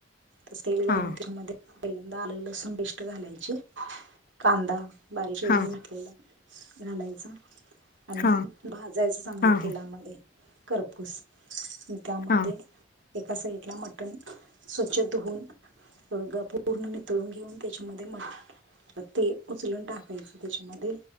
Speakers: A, on the right (about 80°); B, on the left (about 50°).
A: तस तेल घालून
B: हा
A: त्याच्यामध्ये पहिल्यांदा आलं लसूण पेस्ट घालायची, कांदा बारीक चिरून
B: हा
A: घातलेला घालायचा आणि
B: हा
A: भाजायचं चांगलं
B: हा
A: तेलामध्ये, करपूस त्यामध्ये,
B: हा
A: एका साइडला मटण स्वच्छ धुऊन तर गं पूर्ण नितळून घेऊन त्याच्यामध्ये मट ते उचलून टाकायचं त्याच्यामध्ये